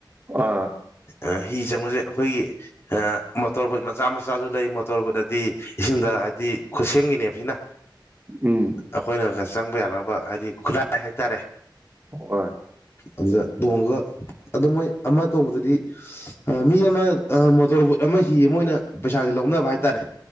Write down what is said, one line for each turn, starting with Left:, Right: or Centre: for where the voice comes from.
Right: ꯑꯥ
Left: ꯑ ꯍꯤ ꯆꯪꯕꯖꯪ ꯑꯩꯈꯣꯏꯒꯤ ꯑ ꯃꯣꯇꯣꯔ ꯕꯨꯠ ꯃꯆꯥ ꯃꯆꯥꯖꯨ ꯂꯩ ꯃꯣꯇꯣꯔ ꯕꯨꯠ ꯑꯗꯤ ꯏꯁꯤꯡꯗ ꯍꯥꯏꯗꯤ ꯈꯨꯠꯁꯦꯝꯒꯤꯅꯦꯕ ꯁꯤꯅ
Right: ꯎꯝ
Left: ꯑꯈꯣꯏꯅ <unintelligible> ꯆꯪꯕ ꯌꯥꯅꯕ ꯍꯥꯏꯗꯤ ꯈꯨꯠꯂꯥꯏ ꯍꯥꯏꯇꯥꯔꯦ
Right: ꯑꯣꯍꯣꯏ
Left: ꯑꯗꯨꯗ ꯇꯣꯡꯉꯒ ꯑꯗꯣ ꯃꯣꯏ ꯑꯃ ꯇꯣꯡꯕꯗꯗꯤ ꯑ ꯃꯤ ꯑꯃ ꯑ ꯃꯣꯇꯣꯔ ꯕꯨꯠ ꯑꯃ ꯍꯤ ꯑꯃ ꯑꯣꯏꯅ ꯄꯩꯁꯥꯖꯦ ꯂꯧꯅꯕ ꯍꯥꯏꯇꯥꯔꯦ꯫